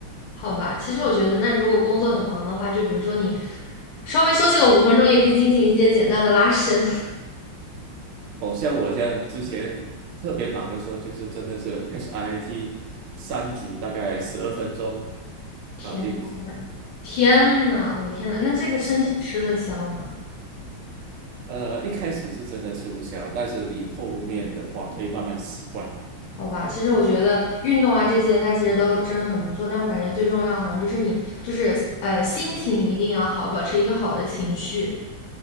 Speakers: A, on the left; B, on the right.
A: 好吧，其实我觉得，那如果工作很忙的话，就比如说你稍微休息个五分钟，也可以进行一些简单的拉伸。<laughs>
B: 哦，像我这样之前特别忙的时候，就是真的是 HIIT 三组大概十二分钟
A: 天，
B: 搞定。
A: 天呐，我天呐，那这个身体吃得消吗？
B: 呃，一开始是真的吃不消，但是你后面的话会慢慢习惯。
A: 好吧，其实我觉得运动啊这些，它其实都真的很不错，但我感觉最重要的好像就是你，就是呃心情一定要好，保持一个好的情绪。